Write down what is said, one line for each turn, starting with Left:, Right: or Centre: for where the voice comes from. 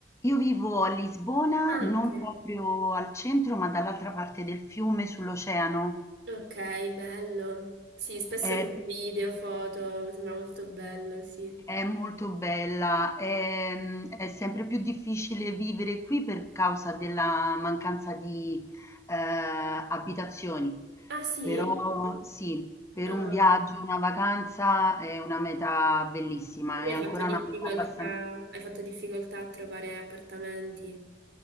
Left: Io vivo a Lisbona,
Right: Ah,
Left: non
Right: ok.
Left: proprio al centro, ma dall'altra parte del fiume, sull'oceano.
Right: Ok, bello. Sì, spesso
Left: È,
Right: vedo video, foto, sembra molto bello, sì.
Left: è molto bella, è, è sempre più difficile vivere qui per causa della mancanza di eh, abitazioni.
Right: Ah, sì?
Left: Però sì, per
Right: Ah,
Left: un viaggio, una vacanza è una meta bellissima,
Right: quindi
Left: è
Right: hai
Left: ancora
Right: fatto difficoltà,
Left: una meta abbastanza...
Right: hai fatto difficoltà a trovare appartamenti.